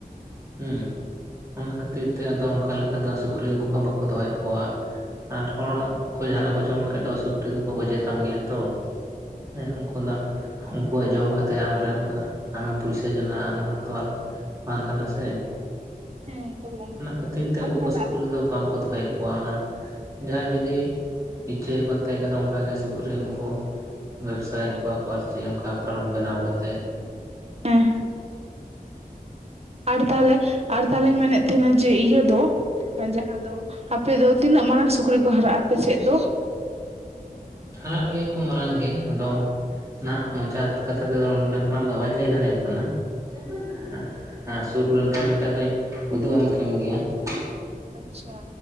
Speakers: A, on the right (about 20°); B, on the right (about 45°).
A: ᱦᱩᱸ ᱚᱱᱟ ᱠᱷᱟᱹᱛᱤᱨ ᱛᱮ ᱟᱫᱚ ᱚᱝᱠᱟ ᱞᱮᱠᱟ ᱫᱚ ᱥᱩᱠᱨᱤ ᱩᱱᱠᱩ ᱦᱚᱸ ᱵᱟᱠᱩ ᱫᱚᱦᱚᱭᱮᱫ ᱠᱚᱣᱟ ᱾ ᱟᱨ ᱦᱚᱲ ᱚᱲᱟᱜ ᱠᱚ ᱡᱟᱦᱟᱱᱟᱜ ᱠᱚ ᱡᱚᱢ ᱞᱮᱠᱷᱟᱡ ᱫᱚ ᱥᱩᱠᱨᱤ ᱫᱚᱠᱚ ᱜᱚᱡᱮ ᱛᱟᱢ ᱜᱮᱭᱟ ᱛᱚ ᱦᱮᱸ ᱩᱱᱠᱩ ᱫᱚ ᱩᱱᱠᱩᱣᱟᱜ ᱡᱚᱢ ᱠᱟᱛᱮ ᱟᱢ ᱨᱮᱢ ᱟᱢᱮᱢ ᱯᱩᱭᱥᱟᱹ ᱡᱚᱱᱟᱜᱼᱟ ᱚᱱᱟ ᱛᱚ ᱟᱨ ᱵᱟᱝ ᱠᱟᱱᱟ ᱥᱮ
B: ᱦᱮᱸ ᱚᱱᱠᱟ ᱫᱚ ᱵᱟᱝ
A: ᱚᱱᱟ
B: ᱠᱟᱱᱟ
A: ᱠᱷᱟᱹᱛᱤᱨ ᱛᱮ
B: ᱟᱨ
A: ᱩᱱᱠᱩ
B: ᱛᱟᱦᱚᱞᱮ
A: ᱠᱚ ᱥᱩᱠᱨᱤ
B: ᱟᱯᱮ
A: ᱨᱮᱫᱚ ᱵᱟᱝ ᱠᱚ ᱫᱚᱦᱚᱭᱮᱫ ᱠᱚᱣᱟ ᱚᱱᱟ ᱡᱟᱦᱟᱸᱭ ᱡᱩᱫᱤ ᱤᱪᱪᱷᱟᱹ ᱦᱩᱭᱩᱜ ᱠᱟᱱ ᱛᱮ ᱠᱷᱟ ᱚᱝᱠᱟ ᱜᱮ ᱥᱩᱠᱨᱤ ᱩᱱᱠᱩ ᱵᱮᱵᱥᱟᱭᱮᱫ
B: ᱦᱮᱸ
A: ᱠᱚᱣᱟ ᱠᱚ ᱟᱨ ᱪᱮᱫ ᱚᱝᱠᱟ ᱯᱷᱟᱨᱚᱢ ᱵᱮᱱᱟᱣ ᱠᱟᱛᱮᱜ ᱾
B: ᱮᱸ᱾ ᱟᱨ ᱛᱟᱞᱦᱮ ᱟᱨ ᱛᱟᱞᱦᱮᱧ ᱢᱮᱱᱮᱫ ᱛᱟᱦᱮᱱᱟ ᱡᱮ ᱤᱭᱟᱹ ᱫᱚ ᱦᱟᱸᱝ ᱡᱟᱦᱟᱸ ᱫᱚ ᱟᱯᱮ ᱫᱚ ᱛᱤᱱᱟᱹᱜ ᱢᱟᱨᱟᱝ ᱥᱩᱠᱨᱤ ᱠᱚ ᱦᱟᱨᱟᱜᱼᱟ ᱟᱯᱮ ᱥᱮᱫ ᱫᱚ?
A: ᱦᱟᱨᱟᱜ ᱜᱮᱭᱟ ᱠᱚ ᱢᱟᱨᱟᱝ ᱜᱮ, ᱟᱫᱚ ᱱᱟᱦᱟᱜ ᱢᱚᱪᱟ ᱠᱟᱛᱷᱟ ᱛᱮᱫᱚ ᱱᱚᱸᱰᱮ ᱠᱷᱚᱱᱟᱜ ᱫᱚ ᱵᱟᱹᱧ ᱞᱟᱹᱭ ᱫᱟᱲᱮᱭᱟᱢ ᱠᱟᱱᱟ ᱾ ᱦᱮᱸ ᱥᱩᱨ ᱨᱮᱢ ᱛᱟᱦᱮᱸ ᱞᱮᱱᱠᱷᱟᱡ ᱫᱚᱧ ᱩᱫᱩᱜ ᱟᱢ ᱠᱮᱢ ᱜᱮᱭᱟ ᱾
B: ᱟᱪᱪᱷᱟ,